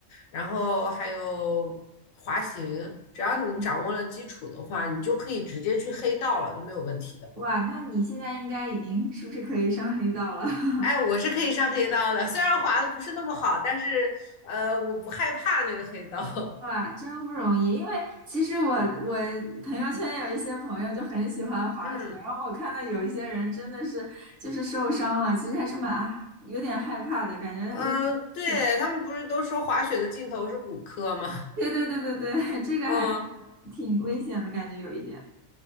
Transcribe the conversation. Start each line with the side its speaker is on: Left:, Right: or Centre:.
Left: 然后还有滑行，只要你掌握了基础的话，
Right: 嗯，
Left: 你就可以直接去黑道了，都没有问题的。
Right: 哇，那你现在应该已经是不是可以上黑道了？
Left: 哎，
Right: <laughs>
Left: 我是可以上黑道的，虽然滑的不是那么好，但是呃，我不害怕那个黑道。<laughs>
Right: 哇，真不容易，因为其实我我朋友圈有一些朋友就很喜欢滑雪，
Left: 嗯
Right: 然后我看到有一些人真的是就是受伤了，其实还是蛮有点害怕的，感觉有点危险。
Left: 嗯，呃对，他们不是都说滑雪的尽头是骨科吗？
Right: 对对对对对，<laughs>
Left: <laughs>
Right: 这个还是挺危险的感觉，
Left: 嗯。
Right: 有一点，